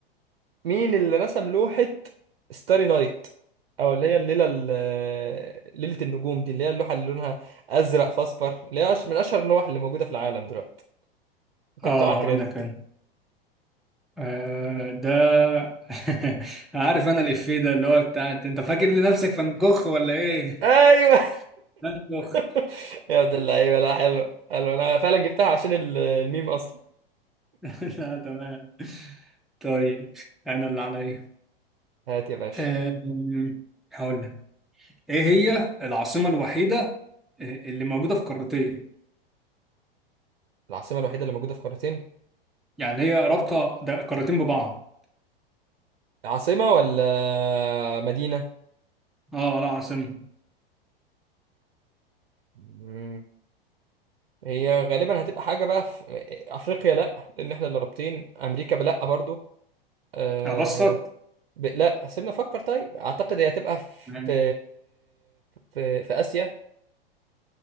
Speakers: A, on the right; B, in the centre.
A: مين اللي رسم لوحه ستاري نايت او اللي هي الليله ال- ليله النجوم دي اللي هي اللوحه اللي لونها ازرق في اصفر اللي هي أش- من اشهر اللوح اللي موجوده في العالم دلوقتي وكانت
B: <laughs> اه
A: طالعه ترند
B: هقول لك انا آه ده <laughs> عارف انا الإفيه ده اللي هو بتاع انت فاكر لنفسك فنكخ ولا ايه؟
A: ايوه
B: فنكخ
A: <laughs> يا ابن اللعيبه لا حلو حلو انا فعلا جبتها عشان ال- الميم اصلا
B: <laughs> لا تمام طيب انا اللي عليا
A: هات يا باشا
B: أم، هقول لك ايه هي العاصمة الوحيدة آه، اللي موجودة في قارتين
A: العاصمه الوحيده اللي موجوده في قارتين
B: يعني هي رابطة ده قارتين ببعض
A: عاصمه ولا مدينه
B: اه لا عاصمة
A: مم. هي غالبا هتبقى حاجه بقى في افريقيا لا لان احنا اللي رابطين امريكا بلا برضو أه...
B: ابسط
A: ب... لا سيبنا افكر طيب اعتقد هي هتبقى
B: يعني
A: في في في اسيا